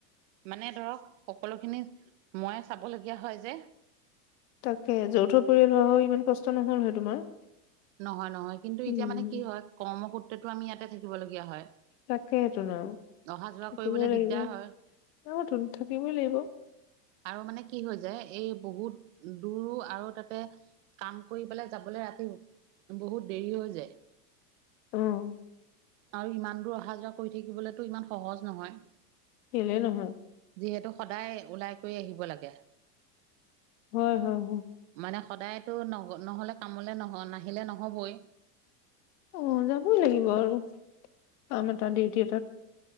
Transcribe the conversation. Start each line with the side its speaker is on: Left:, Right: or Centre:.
Right: মানে ধৰক সকলোখিনি মই চাবলগীয়া হয় যে।
Left: তাকে যৌথ পৰিয়াল হোৱা হয় ইমান কষ্ট নহল হয় তোমাৰ।
Right: নহয় নহয় কিন্তু
Left: উম
Right: এতিয়া মানে কি হয় কৰ্মসূত্ৰটো আমি ইয়াতে থাকিব লগীয়া হয়।
Left: তাকে হেতোন আৰু
Right: অহা যোৱা
Left: থাকিবই
Right: কৰিবলৈ দিগদাৰ
Left: লাগিব
Right: হয়
Left: অহ টোন থাকিবই লাগিব।
Right: আৰু মানে কি হৈ যায় এই বহুত দূৰো আৰু তাতে। কাম কৰি পেলাই যাবলৈ ৰাতি বহুত দেৰি হৈ যায়।
Left: উম।
Right: আৰু ইমান দূৰ অহা যোৱা কৰি থাকিবলেতো ইমান সহজ নহয়।
Left: কেলে নহয়।
Right: যিহেতু সদায় ওলাই কৰি আহিব লাগে।
Left: হয়, হয়, হয়।
Right: মানে সদায়তো ন নহলে কামলে নহ নাহিলে নহবই।
Left: অ যাবই লাগিব আৰু কাম এটা ডিউটি এটাত।